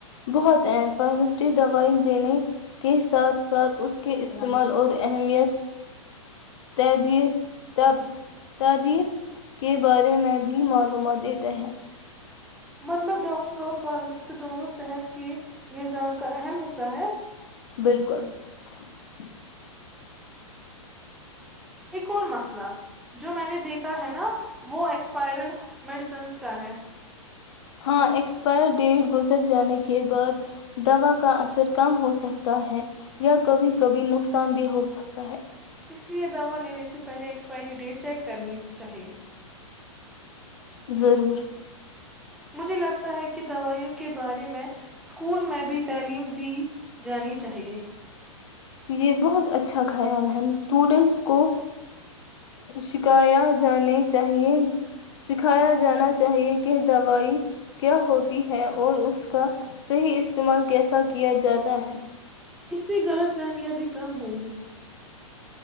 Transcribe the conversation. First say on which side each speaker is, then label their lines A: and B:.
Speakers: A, on the left; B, in the centre.
A: بہت اہم فارمیس دوائی دینے کے ساتھ ساتھ اس کے استعمال اور اہمیت تدیر ت تدیر کے بارے میں بھی معلومات دیتے ہیں <unintelligible>
B: مطلب ڈاکٹر اور فارماسٹ دونوں صحت کے نظام کا اہم حصہ ہے <unintelligible>
A: بالکل <unintelligible>
B: اور مسئلہ جو میں نے دیکھا ہے نا وہ ایکسپائرڈ میڈیسنس کا ہے <unintelligible>
A: ہاں ایکسپائر ڈیٹ گزر جانے کے بعد دوا کا اثر کم ہو سکتا ہے یا کبھی کبھی نقصان بھی ہو سکتا ہے <unintelligible>
B: اس لئے دوا لینے سے پہلے ایکسپائری ڈیٹ چیک کرنی چاہیے
A: ضرور <unintelligible>
B: مجھے لگتا ہے کہ دوائیوں کے بارے میں اسکول میں بھی تعلیم دی جانی چاہیے
A: یہ بہت اچھا خیال ہے اسٹوڈینٹس کو شکھایا جانے چاہیے سکھایا جانا چاہیے کہ دوائی کیا ہوتی ہے اور اس کا صحیح استعمال کیسا کیا جاتا ہے
B: اس سے غلط کامیاب بھی کم ہوگی